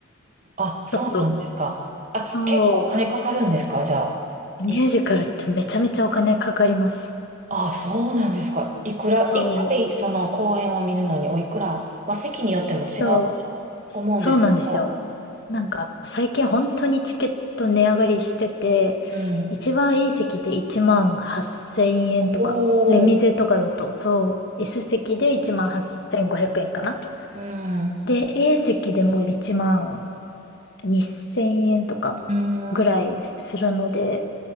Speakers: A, on the right; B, on the left.
A: あ、
B: ちょっと、
A: そうなんですか。あ、
B: そ
A: 結構お金かかるんですかじゃあ。
B: う、ミュージカルってめちゃめちゃお金かかります。
A: い、あ、そうなんですか。いくら、
B: そ
A: 一回その公演を見るのにおいくら、まあ席によっても違うと
B: う、そう、そうなんですよ。
A: 思うんですけど、
B: なんか最近本当にチケット値上がりしてて、
A: うん。
B: 一番いい席で1万8000円とか、
A: おお。
B: レミゼとかだと、そう、S 席で1万8500円かな。
A: うん。
B: で、A 席でも1万2000円とか
A: うん。
B: ぐらいするので、